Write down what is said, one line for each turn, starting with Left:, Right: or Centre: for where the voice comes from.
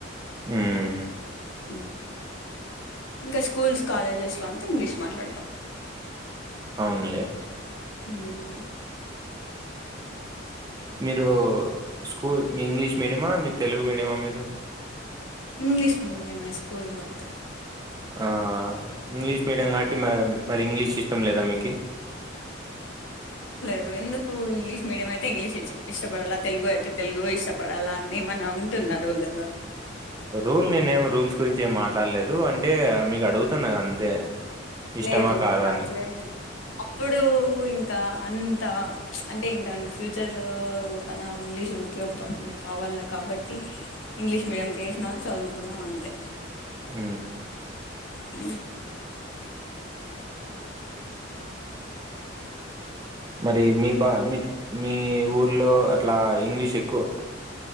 Right: ఉమ్
Left: ఉమ్ ఇంక స్ కూల్స్ కాలేజెస్లో అంతింగ్లీష్ మాట్లాడ్తాం.
Right: ఔన్లే
Left: ఉమ్
Right: మీరు స్కూల్ మి ఇంగ్లీష్ మీడియమా మి. తెలుగు మీడియమా మీరు.
Left: ఇంగ్లీష్ మీడియమే స్ కూల్ మొత్తం
Right: ఆ ఇంగ్లీష్ మీడియం గాట్టి మ్యామ్ మరి ఇంగ్లీష్ ఇష్టం లేదా మీకి.
Left: నువ్వెందుకు ఇంగ్లీష్ మీడియమైతే ఇంగ్లీషిచ్ ఇష్టపడల. తెల్గు ఐతే తెల్గూ ఇష్టపడాల్లా అన్నేమన్న ఉ. తున్నారు వల్లుగు
Right: రూల్ నేనేమి రూల్స్ గురించేమ్ మాట్లాల్లేదు అంటే మీకడుగుతన్న అంతే. ఇష్టమా?
Left: లేదు లేదు
Right: కాదా?
Left: అట్లేము
Right: అని.
Left: అప్పుడు ఇంకా అంతా అంటే ఇంకా ఫ్యూచర్ లో కన ఇంగ్లీష్ ఉపయోగపడుతుంది. కావాల కాబట్టి ఇంగ్లీష్ మీడియం కి వేసినారు చదువుకున్నాం అంతే.
Right: ఉ
Left: ఊ
Right: మరి మీ బా మీ మీ ఊర్లో అట్లా ఇంగ్లీష్ ఎక్కువ